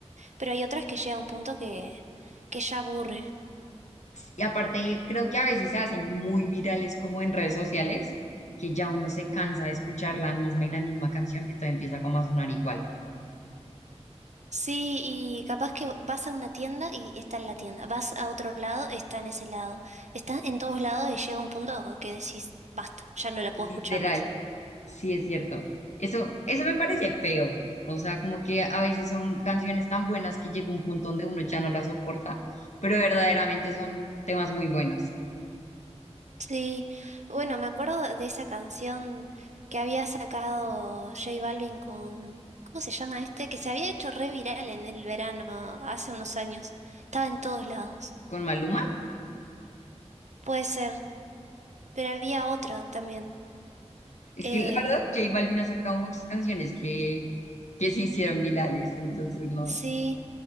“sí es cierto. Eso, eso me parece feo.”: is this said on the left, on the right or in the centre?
Left